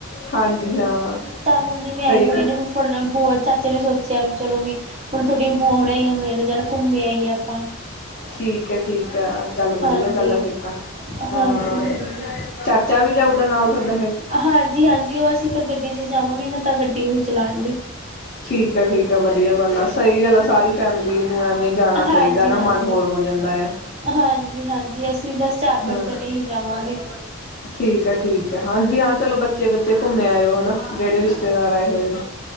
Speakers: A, on the left (about 50°); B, on the right (about 30°).
A: ਹਾਂਜੀ ਹਾਂ
B: ਤਾਂ ਹੁਣ ਜਿਵੇਂ ਆਏ
A: ਸਹੀ
B: ਹੋਏ
A: ਗੱਲ
B: ਨੇੇ ਫੁਫੜ, ਬੂਆ- ਚਾਚੇ ਨੇ ਸੋਚਿਆ ਵੀ ਚਲੋ ਵੀ- ਹੁਣ ਤੋਡੀਆਂ ਬੂਹਾ ਹੁਨੀ ਆਈਆ ਹੋਈਆਂ ਨੇ। ਚਲ ਘੁੰਮੇ ਆਈਏ ਆਪਾਂ।
A: ਠੀਕ ਐ ਠੀਕ ਐ ਚੱਲ ਵਧੀਆ
B: ਹਾਂਜੀ
A: ਗੱਲ ਆ ਫਿਰ ਤਾਂ।
B: ਹਾਂਜੀ
A: ਆ
B: ਹਾਂਜੀ
A: ਚਾਚਾ ਵੀ ਜਾਊਗਾ? ਨਾਲ ਤੁਹਾਡਾ ਹੈ
B: ਹਾਂਜੀ- ਹਾਂਜੀ ਓ ਅਸੀਂ ਫੇਰ ਗੱਡੀ ਚ ਜਾਵਾਂਗੇ ਨਾ ਤਾਂ ਗੱਡੀ ਉਹੀ ਚਲਾਣਗੇ।
A: ਠੀਕ ਆ ਠੀਕ ਆ ਵਧੀਆ ਗੱਲ ਆ। ਸਈ ਗੱਲ ਆ ਸਾਰੀ ਫੈਮਿਲੀ- ਨੂੰ ਐਵੇਂ ਜਾਣਾ ਚਾਈਦਾ
B: ਹਾਂਜੀ
A: ਨਾ ਮਨ
B: ਹਾਂਜੀ
A: ਹੋਰ ਹੋ ਜਾਂਦਾ। ਆ
B: ਹਾਂਜੀ -ਹਾਂਜੀ ਅਸੀਂ ਬਸ ਚਾਰ
A: ਹਾਂ
B: ਪੰਜ ਜਣੇ ਹੀ ਜਾਵਾਂਗੇ।
A: ਠੀਕ ਐ ਠੀਕ ਐ ਹਾਂਜੀ ਹਾਂ ਚਲੋ ਬੱਚੇ- ਮੈਂ ਓ ਨਾ। ਜੇੜੇ ਰਿਸ਼ਤੇਦਾਰ ਆਏ ਹੋਏ ਨੇ।